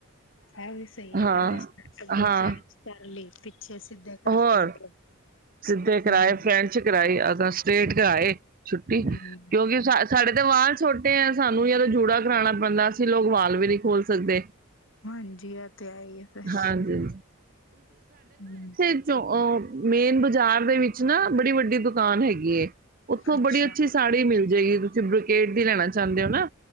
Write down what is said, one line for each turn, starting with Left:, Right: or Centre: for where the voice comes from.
Left: ਇਹ ਵੀ ਸਹੀ ਹੈ
Right: ਹਾਂ
Left: ਜਰਾ ਇਸ ਤਰ੍ਹਾਂ ਅੱਗੋਂ
Right: ਹਾਂ।
Left: ਫਰੈਂਚ ਕਰ ਲਈ ਪਿੱਛੇ ਸਿੱਧੇ ਕਰਕੇ
Right: ਹੋਰ
Left: ਮਤਲਬ
Right: ਸਿੱਧੇ ਕਰਾਏ
Left: ਹੂੰ
Right: ਫਰੈਂਚ ਕਰਾਈ ਤਾਂ ਸਟੇ੍ਟ ਕਰਾਏ। ਛੁੱਟੀ
Left: ਹੂੰ
Right: ਕਿਉਂਕਿ ਸਾ ਸਾਡੇ ਤੇ ਵਾਲ ਛੋਟੇ ਹੈ ਸਾਨੂੰ ਯਾਰ ਜੂੜਾ ਕਰਾਉਣਾ ਪੈਂਦਾ ਅਸੀਂ ਲੋਕ ਵਾਲ ਵੀ ਨਹੀਂ ਖੋਲ ਸਕਦੇ।
Left: ਹਾਂਜੀ ਐ ਤੇ ਐਈ ਫਿਰ,
Right: ਹਾਂਜੀ
Left: ਹਮ।
Right: ਓ ਮੇਨ ਬਜਾਰ ਬਾਜ਼ਾਰ ਦੇ ਵਿੱਚ ਨਾ ਬੜੀ ਵੱਡੀ ਦੁਕਾਨ ਹੈਗੀ ਏ। ਓਥੋਂ
Left: ਅੱਛਾ
Right: ਬੜੀ ਅੱਛੀ ਸਾੜੀ ਮਿਲ ਜੇ ਇਹੀ ਤੁਸੀਂ ਬਰੋਕੇਡ ਦੀ ਲੈਣਾ ਚਾਹੁੰਦੇ ਹੋ ਨਾ